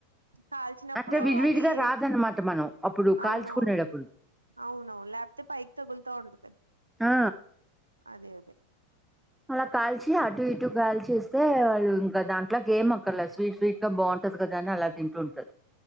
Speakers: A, on the right (about 80°); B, in the centre.
A: కాల్చినప్పుడు
B: అంటే విడివిడిగా
A: అది
B: రాదన్నమాట మనం అప్పుడు కాల్చుకునేటప్పుడు
A: అవునవును అవునవును లేపోతే పైకి తగులుతా ఉంటది
B: ఆ
A: అదే అదే
B: అలా కాల్చి అటు ఇటు కాల్చి ఇస్తే వాళ్ళు ఇంకా దాంట్లోకి ఏం అక్కర్ లెద్ స్వీట్ స్వీట్ ఇంకా బాగుంటది కదా అని అలా తింటుంటారు